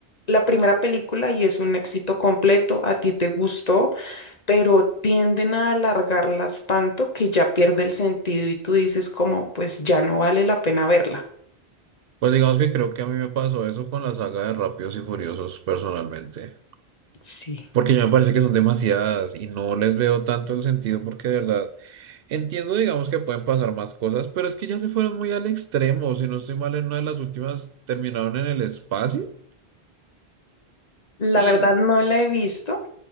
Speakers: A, on the left; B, on the right.
A: La primera película y es un éxito completo, a ti te gustó pero tienden a alargarlas tanto que ya pierde el sentido y tú dices como, pues ya no vale la pena verla.
B: Pues digamos que creo que a mí me pasó eso con la saga de Rápidos y Furiosos personalmente,
A: Sí.
B: porque ya me parece que son demasiadas y no les veo tanto el sentido porque de verdad... Entiendo, digamos, que pueden pasar más cosas, pero es que ya se fueron muy al extremo. Si no estoy mal, en una de las últimas terminaron en el espacio
A: La
B: y,
A: verdad no la he visto.